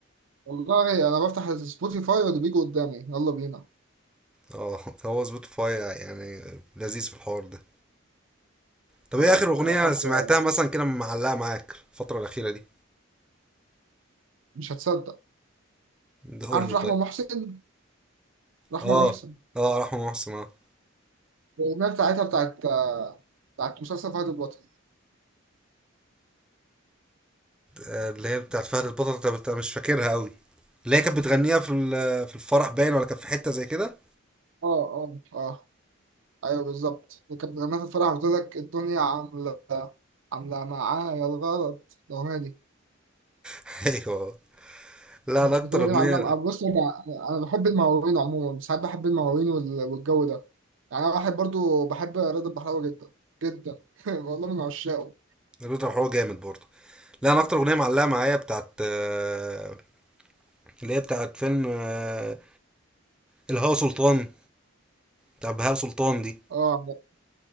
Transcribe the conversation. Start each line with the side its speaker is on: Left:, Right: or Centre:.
Right: والله انا بفتح سبوتيفاي واللي بيجي قدامي يلا بينا
Centre: اه <laughs> هو سبوتيفاي يعني لذيذ في الحوار ده طب
Right: اه
Centre: ايه اخر اغنية
Right: انا بحب
Centre: سمعتها
Right: بحب-
Centre: مثلا كده معلقة معاك الفترة الأخيرة دي
Right: مش هتصدق
Centre: ده قول
Right: عارف
Centre: لي
Right: رحمة
Centre: طيب
Right: محسن رحمة
Centre: اه
Right: محسن
Centre: اه رحمة محسن اه
Right: الأغنية بتاعتها بتاعت آه، بتاعت مسلسل فهد البطل
Centre: آه، اللي هي بتاعت فهد البطل انت أنت مش فاكرها قوي اللي هي كانت بتغنيها في ال- في الفرح باين ولا كانت في حتة زي كده
Right: اه اه اه ايوه بالظبط اللي كانت بتغنيها في الفرح وتقول لك الدنيا عاملة عاملة معايا الغلط الأغنية دي
Centre: <laughs> ايوه لا انا اكتر
Right: الأغنية
Centre: اغنية
Right: دي معلمة بص أنا أنا بحب المواويل عموما ساعات بحب المواويل وال- والجو ده يعني أنا واحد برضو بحب رضا البحراوي جدا جدا <laughs> والله من عشاقه
Centre: الراجل هو جامد برضه لا انا اكتر اغنية معلقة معايا بتاعت آه، اللي هي بتاعت فيلم آه، الهوا سلطان بتاع بهاء سلطان دي
Right: اه